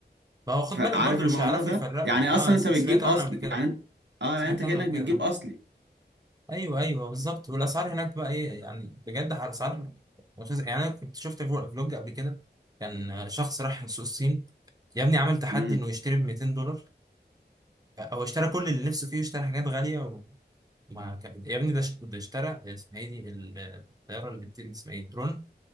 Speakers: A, on the right (about 20°); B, on the right (about 85°).
A: ما هو خد
B: فعارف
A: بالك برضو
B: الموضوع
A: مش هيعرفوا
B: ده
A: يفرقوا
B: يعني
A: اه
B: اصلا
A: س-
B: انت بتجيب
A: سمعت عنه
B: اصل
A: قبل كده
B: يعني اه
A: سمعت
B: يعني انت كأنك
A: عنه قبل كده
B: بتجيب
A: آه.
B: اصلي
A: ايوه ايوه بالظبط والاسعار هناك بقى ايه يعني بجد اسعار مش عايز- يعني انا كنت شفت فلو- فلوج قبل كده كان شخص راح سوق الصين يا ابني عمل تحدي
B: امم
A: انه يشتري ب 200 دولار هو اشترى كل اللي نفسه فيه واشترى حاجات غاليه وما كان يا ابني ده اشت- ده اشترى اسمها ايه دي الطياره اللي بتطير دي اسمها ايه درون